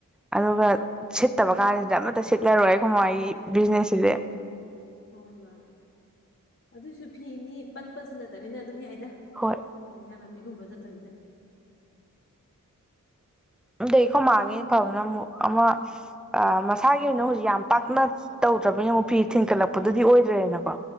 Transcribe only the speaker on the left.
ꯎꯝ
ꯍꯣꯏ ꯍ‌ꯣꯏ ꯚꯥꯏ ꯑꯗꯨꯏꯁꯨ ꯐꯤꯅꯤ ꯄꯠꯄꯁꯨ ꯅꯠꯇꯝꯅꯤꯅ ꯑꯗꯨꯝ ꯌꯥꯏꯗ ꯗ
ꯀꯣ ꯑꯦꯟꯖꯥꯡ ꯅꯥꯄꯤ ꯄꯤꯒꯨꯝꯕ ꯅꯠꯇꯝꯅꯤꯅ
ꯍꯣꯏ